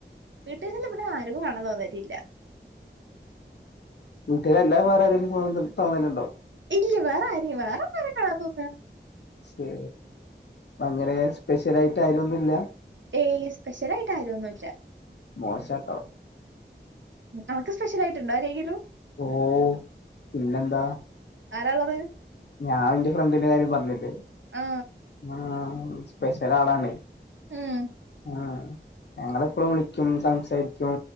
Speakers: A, on the right (about 80°); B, on the left (about 65°).
A: വീട്ടിൽ നിന്ന് ഇവടെ ആരക്കും വേണം തോന്നരില്ല
B: കുട്ട്യോള് അല്ലാതെ വേറെ ആരെങ്കലും <unintelligible> തോന്നലുണ്ടോ?
A: ഇല്ല വേറെ ആര് വേറെപ്പ ആരെ കാണാൻ തോന്നാ?
B: ശേ ഭയങ്കര സ്പെഷ്യലായിട്ട് ആരുമൊന്നുമില്ല
A: ഏയ് സ്പെഷ്യൽ ആയിട്ട് ആരും ഒന്നുമില്ല.
B: മോശാട്ടോ
A: അണക്ക് സ്പെഷ്യൽ ആയിട്ട്ണ്ടോ ആരെങ്കിലും?
B: ഓ പിന്നെന്താ?
A: ആരാള്ളത്?
B: ഞാൻ എന്റെ ഫ്രണ്ടിന്റെ കാര്യം പറഞ്ഞില്ലേ?
A: ആ
B: ആ സ്പെഷ്യൽ ആളാണേ
A: ഉം
B: ആ ഞങ്ങളെപ്പോഴും വിളിക്കും സംസാരിക്കും